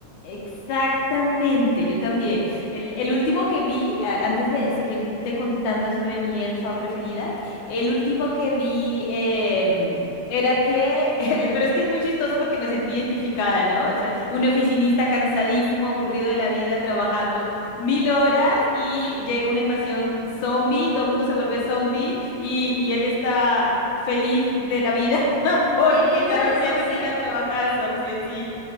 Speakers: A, on the left (about 80°); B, on the left (about 55°).
A: Exactamente, yo también. El, el último que vi, a- antes de seguirte contando sobre mi elfa preferida, el último que vi em, era que, <laughs> pero es que es muy chistoso porque me sentí identificada, ¿no? O sea, un oficinista cansadísimo, aburrido de la vida, trabajando mil horas y llega una invasión zombie, todo el mundo se vuelve zombie y, y él está... feliz de la vida <laughs> porque
B: Eh, eh, ¿es
A: ya
B: la
A: no
B: de Som
A: tiene
B: 100?
A: que ir a trabajar, zombie. sí,